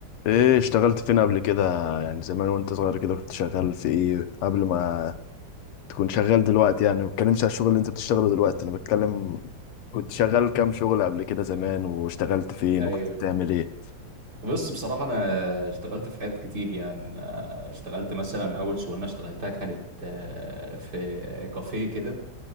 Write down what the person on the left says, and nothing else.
ايه اشتغلت فين قبل كده يعني زمان وانت صغير كده كنت شغال في ايه قبل ما تكون شغال دلوقتي يعني ما بتكلمش على الشغل اللي انت بتشتغله دلوقتي انا بتكلم كنت شغال كام شغل قبل كده زمان واشتغلت فين
وكنت بتعمل ايه